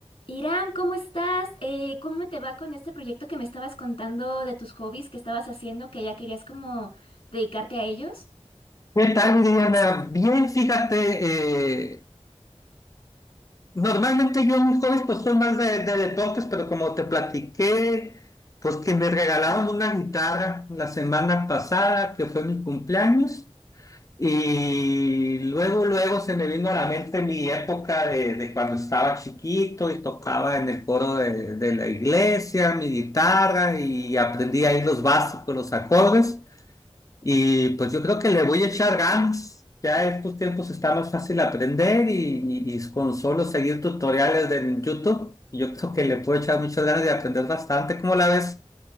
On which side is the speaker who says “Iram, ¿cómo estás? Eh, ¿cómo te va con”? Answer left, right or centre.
Left